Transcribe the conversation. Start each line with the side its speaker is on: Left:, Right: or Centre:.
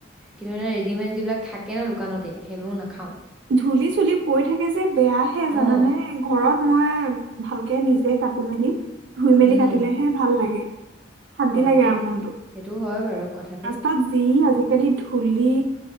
Centre: কিন্তু মানে ৰেডিমেড যিবিলাক থাকে ন দোকানতে সেইবোৰ নাখাওঁ।
Right: ধূলি চুলি পৰি থাকে যে বেয়াহে
Centre: অ
Right: জানানে? ঘৰত মই ভালকে নিজে কাটি মেলি ধুই মেলি
Centre: উম
Right: কাটিলেহে ভাল লাগে। শান্তি
Centre: হয়
Right: লাগে
Centre: দিয়া
Right: আৰু মনটো
Centre: সেইটো হয় বাৰু কথাটো
Right: ৰাস্তাত যি আজিকালি ধূলি